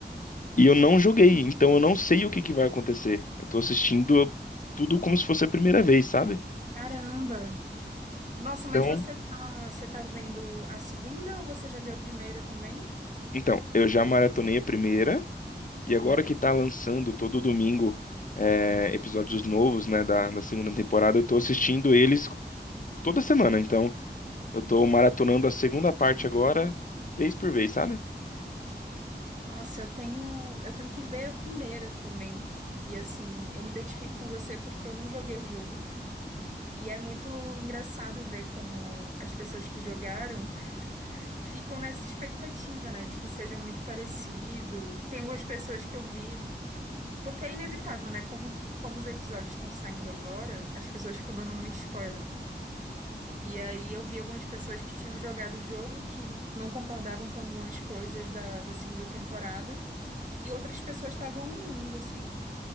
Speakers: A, on the left; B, on the right.
A: E eu não joguei, então eu não sei o que que vai acontecer. Eu tô assistindo tudo como se fosse a primeira vez, sabe?
B: Caramba! Nossa, mas
A: então
B: você tá, você tá vendo a segunda ou você já viu a primeira também?
A: Então, eu já maratonei a primeira, e agora
B: Hum.
A: que tá lançando todo domingo é, episódios novos, né, da, da segunda temporada, eu tô assistindo eles toda semana. Então, eu tô maratonando a segunda parte agora, vez por vez, sabe?
B: Nossa, eu tenho, eu tenho que ver a primeira também. E assim, eu me identifico com você porque eu não joguei o jogo. E é muito engraçado ver como as pessoas que jogaram <laughs> ficam nessa expectativa, né, de que seja muito parecido. Tem algumas pessoas que eu vi, porque é inevitável, né, como como os episódios estão saindo agora, as pessoas ficam dando muito spoiler. E aí eu vi algumas pessoas que tinham jogado o jogo que não concordavam com algumas coisas da, da segunda temporada. E outras pessoas estavam amando, assim.